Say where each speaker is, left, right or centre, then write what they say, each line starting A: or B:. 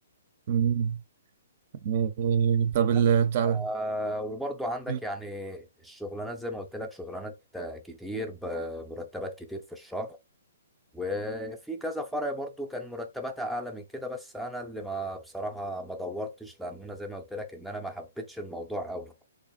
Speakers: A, on the right; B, in the centre.
A: مم. إيه، طب ال-
B: بس
A: بتاع
B: آه
A: ده
B: وبرضو عندك
A: مم.
B: يعني الشغلانات زي ما قلت لك شغلانات آه، كتير بمرتبات كتير في الشهر وفي كذا فرع برضو كان مرتباتها اعلى من كده بس انا اللي ما بصراحه ما دورتش لان انا زي ما قلت لك ان انا ما حبيتش الموضوع قوي